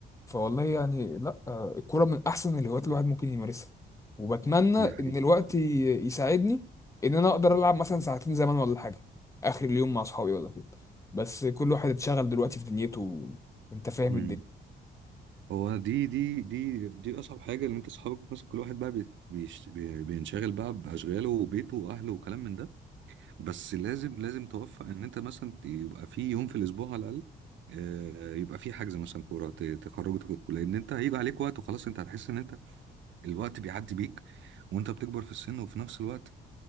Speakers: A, on the left; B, on the right.
A: فوالله يعني لا آه، الكورة من أحسن الهوايات الواحد ممكن يمارسها وبتمنى إن
B: دي حقيقة
A: الوقت ي- يساعدني إن أنا أقدر ألعب مثلا ساعتين زمان ولا حاجة آخر اليوم مع أصحابي ولا كده بس كل واحد اتشغل دلوقتي في دنيته أنت فاهم
B: مم.
A: الدنيا
B: هو دي دي دي دي أصعب حاجة إن أنت أصحابك مثلا كل واحد بقى بي- بيش بي- بينشغل بقى بأشغاله وبيته وأهله وكلام من ده بس لازم لازم توفق إن أنت مثلا ت- يبقى في يوم في الأسبوع على الأقل آه، يبقى في حجز مثلا كورة ت- تخرجوا تاخدوا لأن أنت هيجي عليك وقت وخلاص أنت هتحس إن أنت الوقت بيعدي بيك وأنت بتكبر في السن وفي نفس الوقت